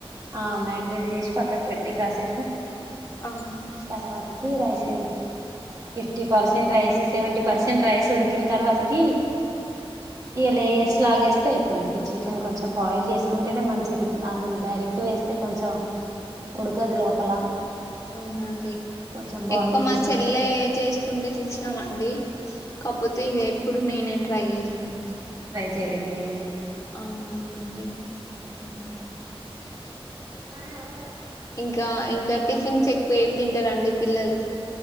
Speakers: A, on the right (about 35°); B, on the left (about 30°).
A: ఆ మ్యాగినేట్ చేసి పక్కకు పెట్టి కాసేపు
B: అవునండి
A: తర్వాతకి rice fifty percent rice seventy percent rice ఉడికిన తర్వాతకి ఏలే ఎర్స్ లాగేస్ తే అయిపోద్ది చికెన్ కొంచెం బాయిల్ చేసుకుంటేనే మంచిది అందులో డైరెక్ట్ వేస్ తే కొంచెం ఉడుకదు లోపల
B: అవునండి
A: కొంచెం బాయిల్
B: ఎక్కువ మా
A: చేసిన
B: చెల్లె
A: తర్వాత
B: చేస్తుంటే చూసినాం అండి కాకపోతే ఇక ఎప్పుడు నేనే ట్రై చేయలేదండి
A: జెయ్లే మీరేమీ
B: ఔనండి
A: ఊ
B: ఇంకా ఇం ఇంకా టిఫిన్స్ ఎక్కువ ఏం తింటారండి పిల్లలు